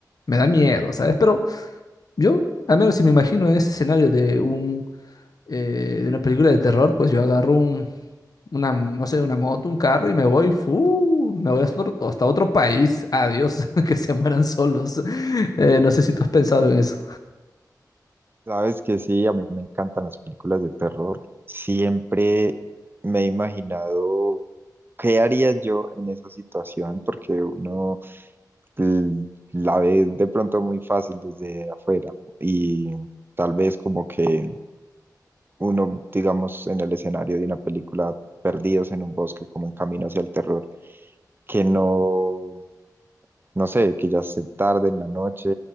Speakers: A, on the left (about 60°); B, on the right (about 30°).
A: me da miedo, ¿sabes? Pero yo, al menos si me imagino ese escenario de un, eh, de una película de terror, pues yo agarro un una, no sé, una moto, un carro y me voy, ¡fu! me voy hasta otro, hasta otro país. Adiós, <laughs> que se mueran solos. Eh, no sé si tú has pensado en eso.
B: Sabes que sí, a mí me encantan las películas de terror. Siempre me he imaginado qué haría yo en esa situación, porque uno l- la ve de pronto muy fácil desde afuera y tal vez como que uno, digamos, en el escenario de una película perdidos en un bosque, como en camino hacia el terror, que no, no sé, que ya se tarde en la noche,